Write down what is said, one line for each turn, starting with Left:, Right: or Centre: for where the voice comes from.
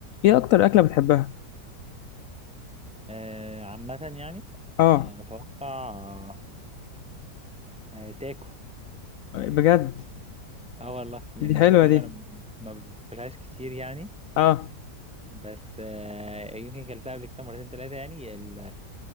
Left: ايه اكتر اكله بتحبها
Centre: آه عامة يعني
Left: اه
Centre: آه أتوقع آه آه، تاكو
Left: بجد
Centre: اه والله يعني
Left: دي
Centre: انت
Left: حلوه
Centre: فاهم
Left: دي
Centre: انا ب- ما باكلهاش كتير يعني
Left: اه
Centre: بس آه يمكن كلتها قبل كده مرتين تلاتة يعني ال-